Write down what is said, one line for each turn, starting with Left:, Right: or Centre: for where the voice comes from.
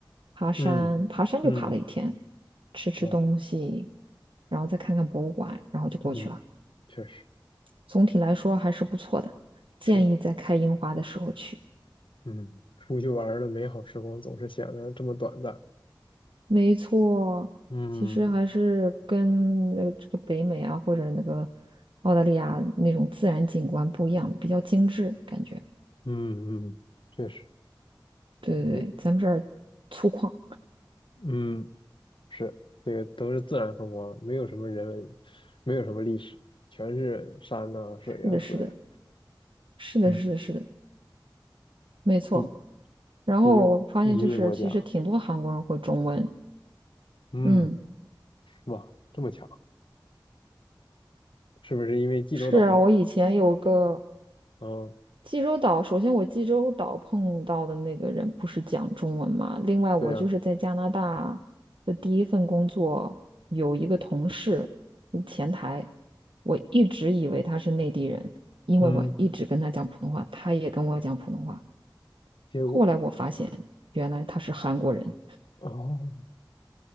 Right: 爬山，
Left: 嗯嗯。
Right: 爬山就爬了一天，吃吃东西，
Left: 哦，
Right: 然后再看看博物馆，然后就过去了。
Left: 嗯，确实
Right: 总体来说还是不错的，建议在开樱花的时候去。
Left: 是的，嗯，出去玩儿的美好时光总是显得这么短暂。
Right: 没错，
Left: 嗯
Right: 其实还是跟呃这个北美啊，或者那个澳大利亚那种自然景观不一样，比较精致感觉。
Left: 嗯嗯，确实，
Right: 对对对，
Left: 也
Right: 咱们这儿粗犷。
Left: 嗯是这个都是自然风光，没有什么人文，没有什么历史，全是山呐、水呀、
Right: 是的，
Left: 河呀。
Right: 是的，是的，
Left: 嗯，
Right: 是的，是的，没错。
Left: 毕
Right: 然后我发现就是，
Left: 毕竟移民国家，
Right: 其实挺多韩国人会中文。
Left: 嗯，
Right: 嗯，
Left: 是吧？这么强，是不是因为济州岛的？
Right: 是啊，我以前有个，
Left: 哦，
Right: 济州岛，首先我济州岛碰到的那个人不是讲中文嘛，另外我就是在加拿大的第一份工作，
Left: 对呀、
Right: 有一个同事，嗯前台，我一直以为他是内地人，因为我一直跟他讲普通话，
Left: 嗯，
Right: 他也跟我讲普通话，
Left: 结果
Right: 后来我发现原来他是韩国人。
Left: 哦。